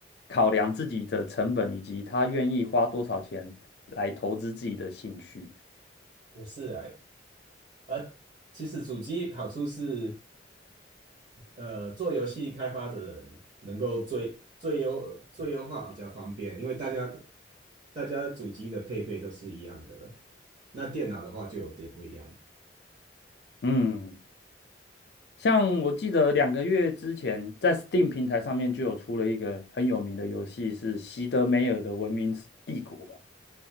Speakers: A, on the left; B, on the right.
A: 考量自己的成本，以及他愿意花多少钱来投资自己的兴趣。
B: 也是啊，而其实主机好处是呃，做游戏开发的人能够最最优最优化比较方便，因为大家大家主机的配备都是一样的，那电脑的话就有点不一样。
A: 嗯，像我记得两个月之前，在 Steam 平台上面就有出了一个很有名的游戏，是席德梅尔的《文明帝国》吧？